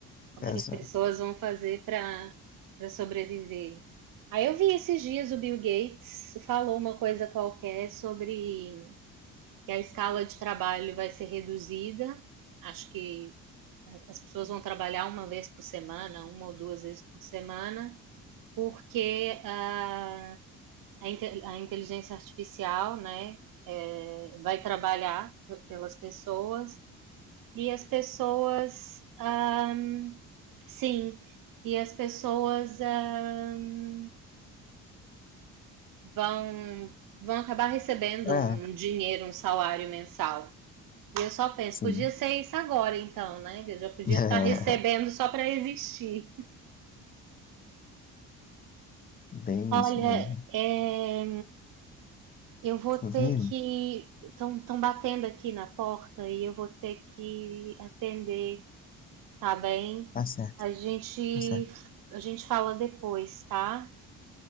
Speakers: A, on the right (about 55°); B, on the left (about 25°).
A: Como é
B: Exato.
A: que as pessoas vão fazer para para sobreviver? Aí eu vi esses dias o Bill Gates falou uma coisa qualquer sobre que a escala de trabalho vai ser reduzida. Acho que as pessoas vão trabalhar uma vez por semana, uma ou duas vezes por semana, porque ah, a, a inteligência artificial né, é, vai trabalhar pelas pessoas e as pessoas, um, sim, e as pessoas um, vão, vão acabar recebendo
B: É,
A: um dinheiro, um salário mensal. E eu só penso,
B: sim.
A: podia ser isso agora então, né? Eu já podia
B: <laughs>
A: estar recebendo só para existir.
B: Bem
A: Olha,
B: isso mesmo.
A: é, eu vou
B: Inclusive,
A: ter que. Estão estão batendo aqui na porta e eu vou ter que atender, tá bem?
B: tá certo.
A: A gente,
B: Tá certo.
A: a gente fala depois, tá?